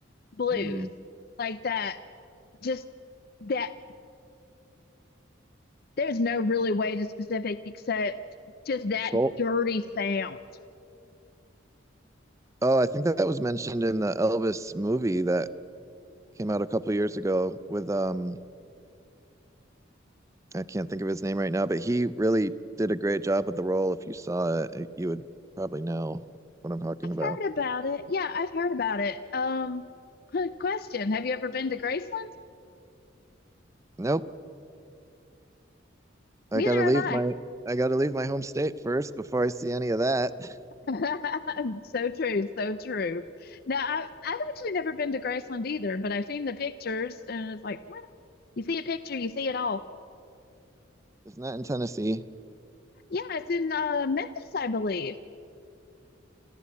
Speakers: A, on the left; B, on the right.
A: blues,
B: hmm
A: like that, just that there's no really way to specific except just that
B: Soul.
A: dirty sound.
B: Oh, I think that, that was mentioned in the Elvis movie that came out a couple of years ago with um I can't think of his name right now, but he really did a great job with the role. If you saw it, you would probably know what I'm talking
A: I've
B: about.
A: heard about it. Yeah, I've heard about it. Um, <laughs> question. Have you ever been to Graceland?
B: Nope, I
A: Neither
B: gotta leave
A: have I.
B: my I gotta leave my home state first before I see any of that. <laughs>
A: <laughs> So true, so true. Now, I've, I've actually never been to Graceland either, but I've seen the pictures and it's like, well, you see a picture, you see it all.
B: It's not in Tennessee,
A: Yeah, it's in uh, Memphis, I believe.